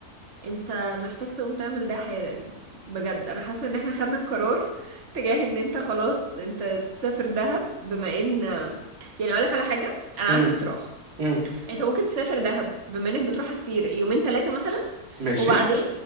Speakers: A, on the right; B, on the right.
A: انت محتاج تقوم تعمل ده حالا بجد انا حاسه ان احنا خدنا القرار تجاه ان انت خلاص انت تسافر دهب بما ان يعني اقولك على حاجه انا
B: امم
A: عندي اقتراح
B: امم
A: انت ممكن تسافر دهب بما انك بتروحها كتير يومين ثلاثه مثلا
B: ماشي
A: وبعدين